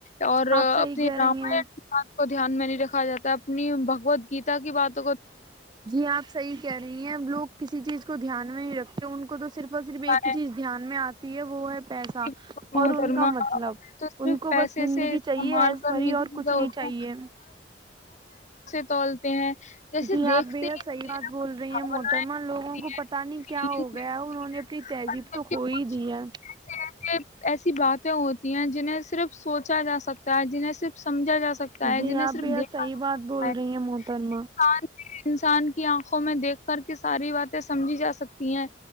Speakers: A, on the left; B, on the right.
A: اور اپنے
B: آپ صحیح کہہ
A: رامائن
B: رہی ہیں
A: سات کو دھیان میں نہیں رکھا جاتا اپنی بگوت گیتا کی بات
B: جی آپ صحیح کہہ رہی ہیں لوگ کسی چیز کو دھیان میں ہی رکھتے ان کو تو صرف اور صرف ایک
A: ہے
B: ہی چیز دھیان میں آتی ہے وہ ہے پیسہ
A: کہ محترمہ
B: اور ان کا مطلب
A: تو صرف
B: ان کو
A: پیسے
B: بس زندگی
A: سے استعمال
B: چاہیے ایز
A: کرنے
B: بری
A: کی
B: اور
A: چیزیں
B: کچھ
A: ہوتی
B: نہیں چاہیے
A: توولتے ہیں جیسے
B: جی
A: دیکھتے
B: آپ بے
A: ہی
B: حد صحیح
A: نہیں
B: بات
A: ہیں
B: بول
A: کچھ
B: رہی
A: بھاونائیں
B: ہیں محترما لوگوں
A: ملتی
B: کو
A: ہیں
B: پتا نہیں
A: فیلنگ
B: کیا ہو
A: ملتی
B: گیا انہوں نے
A: ہیں
B: اپنی تہذیب
A: اندر
B: تو
A: کے
B: کھو ہی
A: کچھ
B: دی ہے
A: ایسے ایسی باتیں ہوتی ہیں جنہیں صرف سوچا جا سکتا ہے جنہیں صرف سمجھ جا سکتا ہے
B: جی
A: جنہیں
B: آپ
A: صرف
B: بےحد
A: دیکھا
B: صحیح
A: جا
B: بات
A: سکتا
B: بول
A: ہے
B: رہی ہیں محترما
A: انسان انسان کی آنکھوں میں دیکھ کر کے ساری باتیں سمجھی جا سکتی ہیں